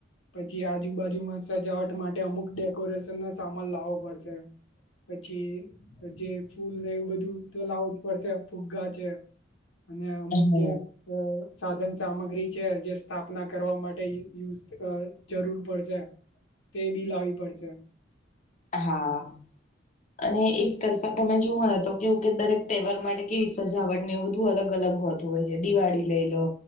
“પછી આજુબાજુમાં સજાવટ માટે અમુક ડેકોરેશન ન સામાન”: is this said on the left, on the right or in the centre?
Left